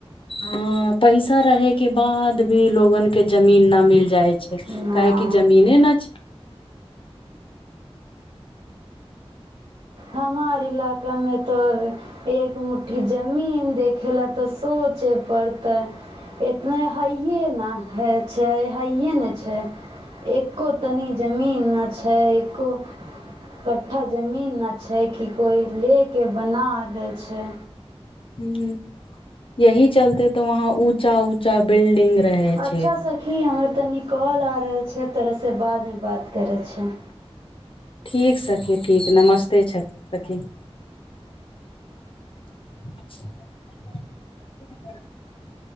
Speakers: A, on the left; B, on the right.
A: हँ पैसा रहे के बाद भी लोगन के जमीन ना मिल जाय छै
B: नहि
A: काहे जमीने न छै
B: हमार इलाकामे तऽ एक मुट्ठी जमीन देखै लए तऽ सोचे पड़तै इतना हइ न ह छै हइए ने छै एको तनी जमीन न छ एक क्ठा जमीन छै कि कोइ लेके बना दै छै
A: ह यही चलते तऽ वहाँ ऊँचा ऊँचा बिल्डिंग रहे
B: अच्छा
A: छै
B: सखी हमर तनी काॅल आ रहल छै तोराससँ बादमे बात करै छौ
A: ठीक सखी ठीक नमस्त छथि ती <unintelligible> <inaudible>